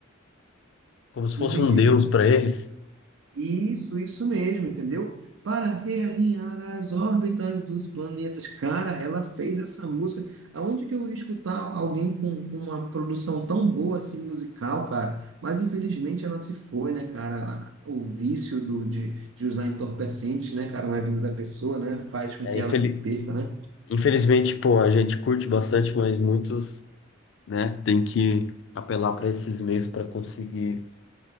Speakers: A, on the left; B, on the right.
A: como se
B: Não
A: fosse
B: entendi.
A: um deus pra eles.
B: Isso, isso mesmo, entendeu? Para realinhar as órbitas dos planetas. Cara, ela fez essa música. Aonde que eu ia escutar alguém com, com uma produção tão boa assim musical, cara? Mas infelizmente ela se foi, né, cara? O vício do, de, de usar entorpecentes, né, cara, na vida da pessoa, né, faz com
A: É,
B: que
A: infeli-
B: ela se perca, né?
A: Infelizmente, pô, a gente curte bastante, mas muitos, né, tem que apelar para esses meios para conseguir